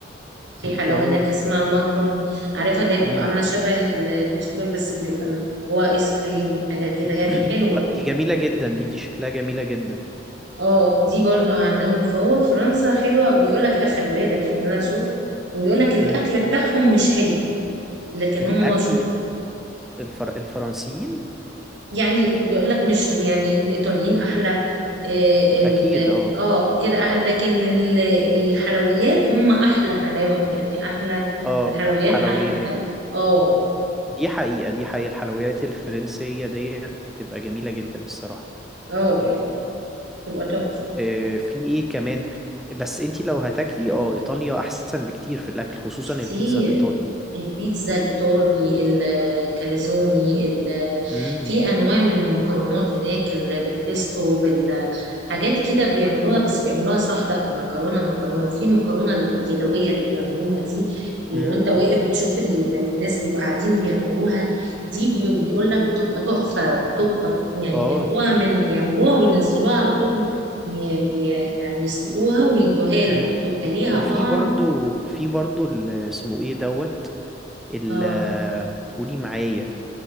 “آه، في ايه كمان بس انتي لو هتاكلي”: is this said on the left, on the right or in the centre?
Centre